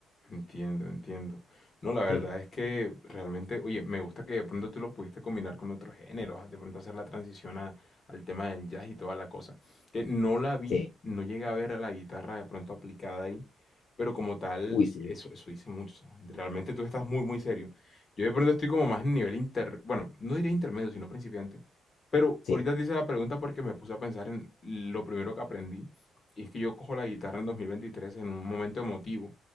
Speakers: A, on the left (about 40°); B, on the left (about 65°).
A: Entiendo, entiendo. No, la verdad
B: Sí,
A: es que realmente, oye, me gusta que de pronto tú lo pudiste combinar con otros géneros, de pronto hacer la transición a- al tema del jazz y toda la cosa. Que no la vi,
B: sí.
A: no llegué a ver a la guitarra de pronto aplicada ahí, pero como tal,
B: Uy, sí,
A: eso, eso dice mucho. o sea, realmente tú estás muy, muy serio. Yo de pronto estoy como más en nivel inter, bueno, no diré intermedio, sino principiante. Pero
B: sí.
A: ahorita te hice la pregunta porque me puse a pensar en lo primero que aprendí. Y es que yo cojo la guitarra en 2023 en un momento emotivo